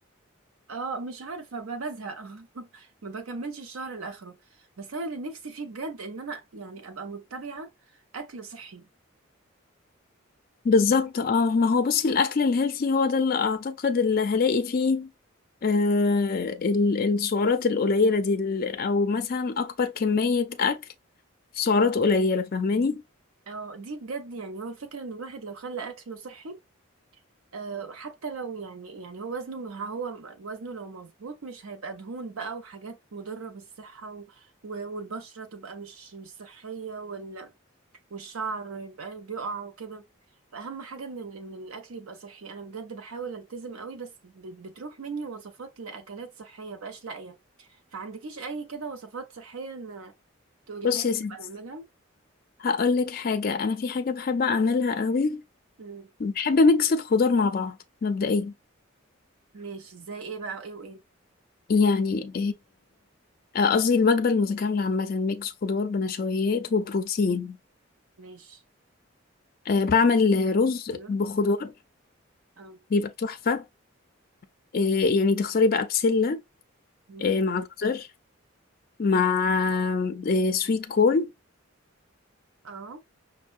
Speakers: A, on the right (about 85°); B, on the left (about 45°).
A: آه، مش عارفه ب- بزهق <laughs> ما بكملش الشهر لاخره بس انا اللي نفسي فيه بجد ان انا يعني ابقى متبعه اكل صحي
B: بالظبط اه ما هو بصي الاكل الهيلثي هو ده اللي اعتقد اللي هلاقي فيه آه ال- السعرات القليله دي ال- او مثلا اكبر كميه اكل في سعرات قليله فاهماني
A: اه دي بجد يعني هو الفكره ان الواحد لو خلى اكله صحي آه، حتى لو يعني يعني هو وزنه م- هو وزنه لو مظبوط مش هيبقى دهون بقى وحاجات مضرة بالصحة و... و- والبشرة تبقى مش مش صحية وال... والشعر يبقى بيقع وكده فأهم حاجة إن ال- إن الأكل يبقى صحي أنا بجد بحاول ألتزم قوي بس ب- بتروح مني وصفات لأكلات صحية بقاش لاقية فعندكيش أي كده وصفات صحية إن تقوليها
B: بصي
A: لي
B: يا ستي
A: تبقى نعملها
B: هقول لك حاجه انا في حاجه بحب اعملها قوي
A: مم.
B: بحب ميكس الخضار مع بعض مبدئيا
A: ماشي زي إيه بقى وإيه وإيه
B: يعني آه، آه، قصدي الوجبه المتكامله عامه ميكس خضار بنشويات وبروتين
A: ماشي
B: آه بعمل
A: زي-
B: رز
A: أيوة.
B: بخضار
A: اه
B: بيبقى تحفه إيه يعني تختاري بقى بسلة
A: مم.
B: إيه مع جزر مع إيه سويت كورن
A: اه